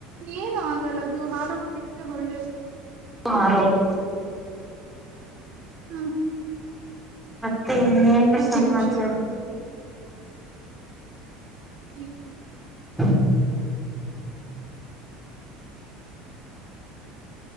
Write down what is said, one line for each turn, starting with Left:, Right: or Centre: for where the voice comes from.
Right: ಏನು ಆಗಲ್ಲ ಅದು ಆರೋಗ್ಯಕ್ಕೆ ಒಳ್ಳೇದು
Centre: ಆರೋಗ
Right: ಹ್ಮ
Centre: ಮತ್ತೆ ಇನ್ನೇನು
Right: ಒಂದೇ
Centre: ಸಮಾಚಾರ
Right: ನಿಮಿಷ ಹ್ಮ
Centre: ಹ